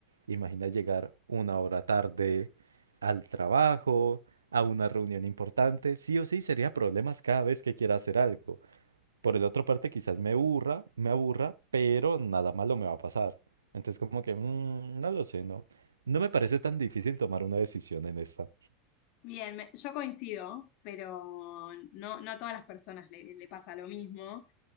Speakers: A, on the right; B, on the left.
A: imagina llegar una hora tarde al trabajo, a una reunión importante, sí o sí sería problemas cada vez que quiera hacer algo. Por el otro parte, quizás me aburra, me aburra, pero nada malo me va a pasar. Entonces, como que, mm, no lo sé, ¿no? No me parece tan difícil tomar una decisión en esta.
B: bien, me- yo coincido, pero no, no a todas las personas le, le pasa lo mismo,